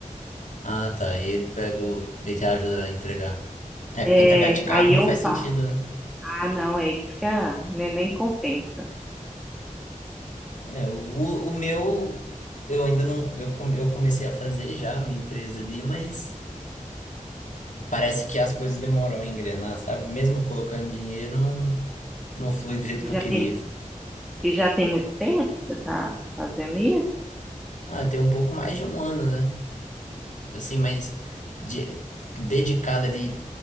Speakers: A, on the left (about 65°); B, in the centre.
A: Ah, tá. E ele pega o... Ele te ajuda a entregar. É, porque
B: É,
A: entregar de carro
B: aí
A: não
B: eu
A: faz sentido,
B: falo,
A: né?
B: ah, não, é fica, né, nem compensa.
A: É, o, o o meu, eu ainda não. Eu, come- eu comecei a fazer já a minha empresa ali, mas. Parece que as coisas demoram a engrenar, sabe? Mesmo eu colocando dinheiro, não, não flui do jeito
B: E
A: que
B: já
A: eu queria.
B: tem, e já tem muito tempo que você está fazendo isso?
A: Ah, tem um pouco mais de um ano, né? Assim, mas de, dedicado ali,